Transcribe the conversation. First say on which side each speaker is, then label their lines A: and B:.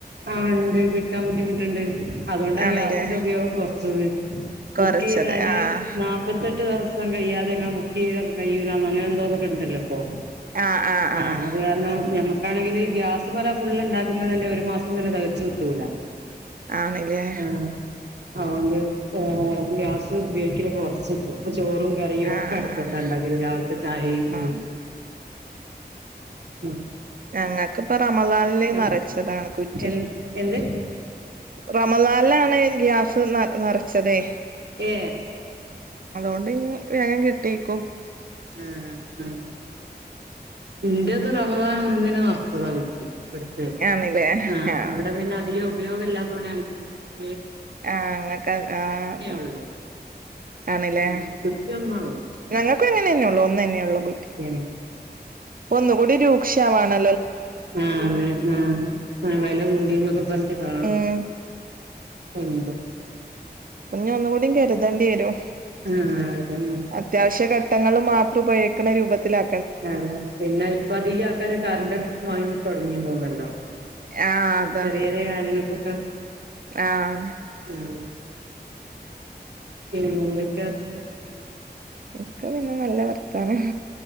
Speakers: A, on the right; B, on the right.
A: ആ ഒണ്ട് കിട്ടാൻ ബുദ്ധിമെട്ട്ണ്ട് അതെണ്ടാ
B: ആണല്ലേ
A: ഗ്യാസിന്റെ ഉപയോഗം കൊറച്ചത് ബുക്ക്
B: കൊറച്ചത്
A: ചെയ്താല്
B: ആഹ്
A: നാപ്പത്തെട്ട് ദെവസം കഴ്യാതെങ്ങാ ബുക്ക് ചെയ്ൻ കഴിയു ലാ അങ്ങന എന്തോന്നക്കെ ഉണ്ടല്ലോ ഓ
B: ആഹ് ആഹ്
A: ആ
B: ആഹ്
A: അത് കാരണം ഞമ്മ ഇവടാണെങ്കിൽ ഗ്യാസ് പല ഫുള് ഉണ്ടാക്കുന്നതിന് ഒര് മാസം സം തന്നെ തികച്ച് കിട്ടൂല്ല.
B: ആണല്ലേ
A: ആ അതോണ്ട് ആാ ഗ്യാസ് ഉപയോഗിക്ക്യാല്ല് കൊറച്ച് ഇപ്പം ചോറും കറിയും
B: ആഹ്
A: ഒക്കെ അടുപ്പത്തണ്ടക്കല്
B: ആഹ്
A: രാവിലത്തെ ചായെയും
B: ആഹ്
A: <unintelligible>
B: ഞങ്ങൾക്കിപ്പ റമളാലിൽ
A: എൻ
B: നിറച്ചതാണ് കുറ്റി
A: എൻ <unintelligible>
B: റമളാനിലാ ണ് ഗ്യാസ് ന നറച്ചതേ
A: ഏ
B: അതുകൊണ്ടിനി വേഗം കിട്ടീക്കും
A: ആ ആ ഇന്റെറത് റമദാൻ ഒന്നിന് നറച്ചതാ കുറ്റി ഇവിടു
B: ആണില്ലേ
A: ആ
B: ആഹ്
A: ഇവിടെ പിന്നെ അധികോം <unintelligible>
B: ആ ഇങ്ങക്ക് ആ താ.
A: ഉള്ളൂ
B: ആണില്ലേ.
A: ആഹ് കുറ്റി ഒന്നൊള്ളൂ
B: ഞങ്ങൾക്കും അങ്ങനെന്നെ ഒള്ളു. ഒന്നന്നെള്ളൂ കുറ്റി.
A: ഏഹ്
B: പ്പൊന്നു കൂടി രൂക്ഷാവാണ്.
A: ആഹ് ആഹ് വെല കൂടീന്നൊക്കെ പറഞ്ഞിട്ട് കാണാ
B: ഉം
A: <unintelligible>
B: പ്പഞ്ഞ് ഒന്നും കൂടി കരുതണ്ടിയേരും.
A: ആഹ് അതന്നെ
B: അത്യാവശ്യ ഘട്ടങ്ങൾല് മാ ത്രുപയോഗിക്കണ രൂപത്തിലാ
A: അതെ. പിന്നെ ഇപ്പ അധികാൾക്കാരും കറൻ്റടുപ്പും വാങ്ങി തൊടങ്ങീന്നു തോന്ന് ണ്ടൊ
B: ആഹ് അതാ
A: ചെറിയ ചെറിയ കാര്യങ്ങൾക്കൊക്കെ
B: ആഹ് നെ.
A: <unintelligible> ഉം <unintelligible> ഹലോ
B: ഒക്ക പിന്നെ നല്ല വർത്ത പറി